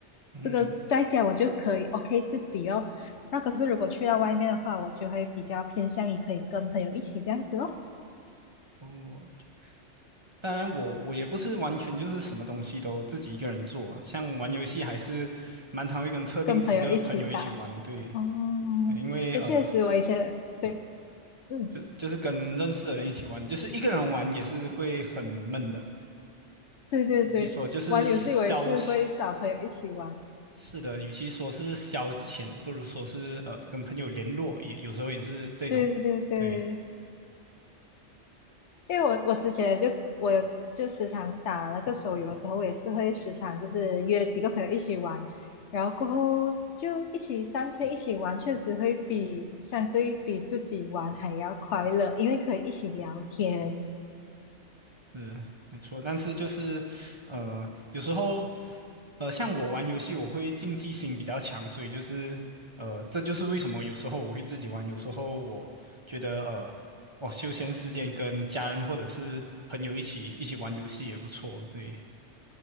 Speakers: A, on the right; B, on the left.
A: 嗯，
B: 这个在家我就可以 OK 自己哦。那可是如果去到外面的话，我就会比较偏向于可以跟朋友一起这样子咯，
A: 哦，当然我，我也不是完全就是什么东西都自己一个人做啊像玩游戏还是蛮常会跟特定几个朋友一起玩，
B: 跟朋友一起打。
A: 对，
B: 哦，
A: 因为呃，
B: 也确实，我以前对，嗯，
A: 就是就是跟认识的人一起玩，就是一个人玩也是会很闷的，
B: 对对对，
A: 与其说就是消，
B: 玩游戏我也是会找朋友一起玩。
A: 是的，与其说是消遣，不如说是呃跟朋友联络，有有时候也是这种，
B: 对对对。
A: 对。
B: 因为我我之前就我有就时常打那个手游的时候，我也是会时常就是约几个朋友一起玩，然后过后就一起上线一起玩，确实会比相对比自己玩还要快乐，因为可以一起聊天。
A: 是没错，但是就是呃，有时候呃，像我玩游戏，我会竞技心比较强，所以就是呃，这就是为什么有时候我会自己玩，有时候我觉得呃，我休闲时间跟家人或者是朋友一起一起玩游戏也不错，对。